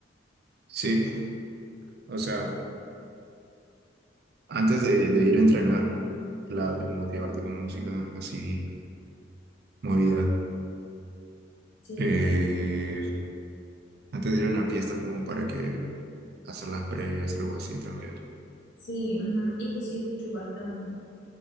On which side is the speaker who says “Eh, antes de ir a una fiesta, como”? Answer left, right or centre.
Right